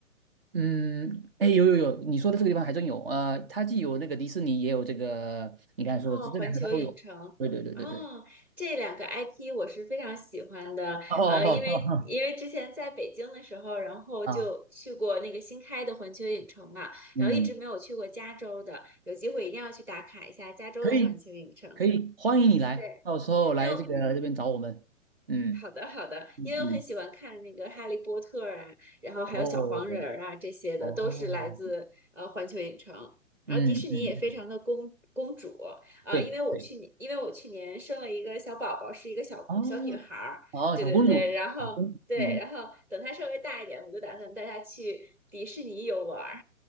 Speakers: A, on the right; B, in the centre.
A: 嗯，哎，有有有，你说的这个地方还真有，呃，它既有那个迪士尼，也有这个，你刚才说这这两个它都有。
B: 哦，环球影城，
A: 对对对对对。
B: 哦，这两个 IP 我是非常喜欢的，
A: 哦哦哦哦，
B: 呃，因为因为之前在北京的时候，然后就去过那个新开的环球影城嘛，
A: 哦啊，嗯，
B: 然后一直没有去过加州的，有机会一定要去打卡一下加州的环球影城。
A: 可以可以，欢迎你来，
B: 对，
A: 到时候来这个这边找我们。
B: 因为
A: 嗯
B: 好的，好的，
A: 嗯嗯，
B: 因为我很喜欢看那个《哈利波特》啊，然后还有小黄人儿啊，
A: 哦
B: 这些的都是来自呃环球影城。
A: 哦，
B: 然后迪士尼也非常的公公主啊，
A: 嗯嗯，嗯对对，
B: 因为我去年因为我去年生了一个小宝宝，是一个小小女孩儿，
A: 哦哦，
B: 对对对，
A: 小公主，
B: 然后对，
A: 小公主，嗯，
B: 然后等她稍微大一点，我就打算带她去迪士尼游玩儿。